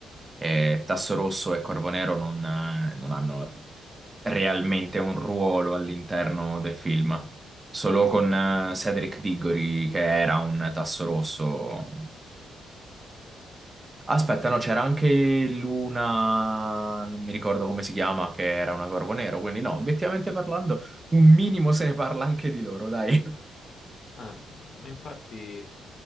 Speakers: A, on the right; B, on the left.
A: E Tasso Rosso e Corvo Nero non, eh, non hanno realmente un ruolo all'interno del film. Solo
B: Sì.
A: con eh, Cedric Diggory, che era un Tasso Rosso, Aspetta, no, c'era anche l'una, non mi ricordo come si chiama, che era una Corvo Nero, quindi no, obiettivamente parlando, un minimo se ne parla anche di loro, dai. Eh,
B: Eh, ma infatti